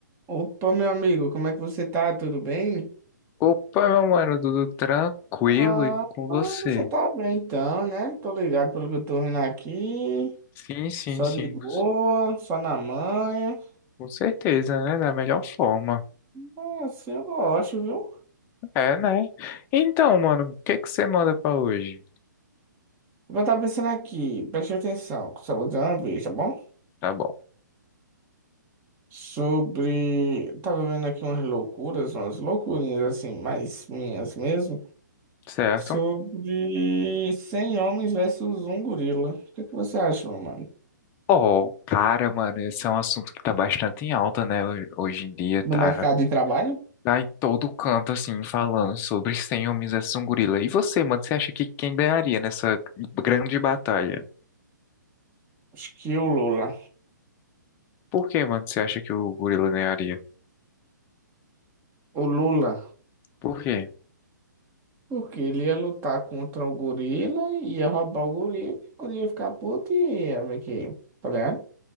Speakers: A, on the right; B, on the left.
A: Opa, meu amigo, como é que você tá? Tudo bem?
B: Opa, meu mano, tudo tranquilo
A: Ah,
B: e com você?
A: ah, você tá bem então, né? Tô ligado pelo que eu tô vendo aqui.
B: Sim, sim,
A: Só
B: sim,
A: de boa,
B: com cer-
A: só na manha.
B: com certeza, né? Da melhor forma.
A: Ah, assim eu gosto, viu?
B: É, né? Então, mano, o que que você manda pra hoje?
A: Vou estar pensando aqui, preste atenção, só vou dizer uma vez, tá bom?
B: Tá bom,
A: Sobre. eu Tava vendo aqui umas loucuras, umas loucurinhas assim, mais minhas mesmo.
B: certo?
A: Sobre 100 homens versus um gorila. O que é que você acha, meu mano?
B: Oh, cara, mano, esse é um assunto que tá bastante em alta, né? ho- Hoje em dia
A: No
B: tá,
A: mercado de trabalho?
B: tá em todo canto, assim, falando sobre 100 homens versus um gorila. E você, mano, você acha que quem ganharia nessa grande batalha?
A: Acho que o Lula.
B: Por que, mano, você acha que o gorila ganharia?
A: O Lula.
B: Por quê?
A: Porque ele ia lutar contra o gorila, ia roubar o gorila, e o gorila ia ficar puto e ia meio que. Tá ligado?